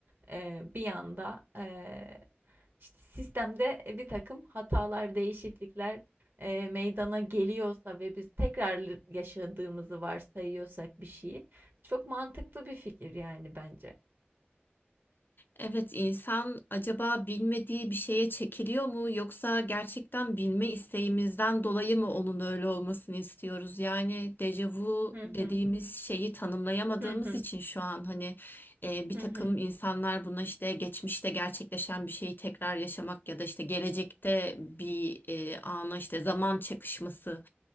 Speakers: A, on the right; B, on the left.
A: e, bir anda e, işte sistemde bir takım hatalar, değişiklikler e, meydana geliyorsa ve biz tekrar yaşadığımızı varsayıyorsak bir şeyi çok mantıklı bir fikir yani bence.
B: Evet, insan acaba bilmediği bir şeye çekiliyor mu yoksa gerçekten bilme isteğimizden dolayı mı onun öyle olmasını istiyoruz? Yani dejavu
A: Hı
B: dediğimiz
A: hı.
B: şeyi tanımlayamadığımız
A: Hı hı.
B: için şu an hani e, bir
A: Hı
B: takım
A: hı.
B: insanlar buna işte geçmişte gerçekleşen bir şeyi tekrar yaşamak ya da işte gelecekte bir e, ana işte zaman çakışması